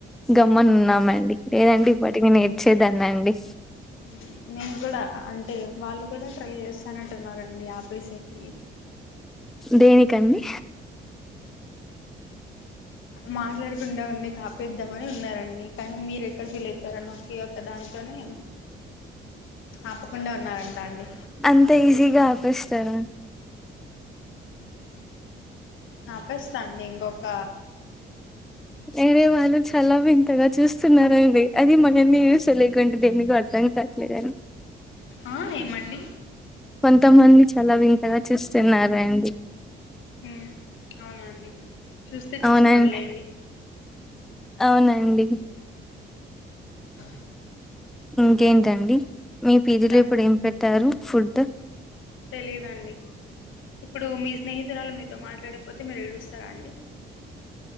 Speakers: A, in the centre; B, on the left.
A: గమ్మున్ ఉన్నామండి లేదంటే ఇప్పటికిని నేడ్చేదాన్ని అండి
B: ఉ నేను కూడా అంటే వాళ్ళు కూడా ట్రై చేస్తానట్టున్నారండి ఆపేసేకి
A: దేనికన్ని
B: మాట్లాడకుండా ఉండి కాపేద్దామని ఉన్నారండి కానీ మీరు ఎక్కడ ఫీల్ అయితరో అని ఒకే ఒక దాంట్ కొని ఆపకుండా ఉన్నారంటా అండి
A: అంత ఈజీగా ఆపెస్తార
B: నపెస్తా అండి ఇంకొక
A: మే బీ వాళ్ళు చాలా వింతగా చూస్తున్నారండి అది <unintelligible> దేనికో అర్థం కావట్లేదని
B: ఆ ఏమండి
A: కొంతమంది చాలా వింతగా చూస్తున్నారండి
B: ఉ అవునండి చూస్తే చూసుకోనిలేండి
A: అవునండి అవునండి
B: అ
A: ఇంకేంటండి మీ పీజి
B: చెప్
A: లో ఇప్పుడు ఏం పెట్టారు ఫుడ్
B: తెలిదండి ఇప్పుడు మీ స్నేహితురాలు మీతో మాట్లాడకపోతే మీరు ఏడుస్తార అండి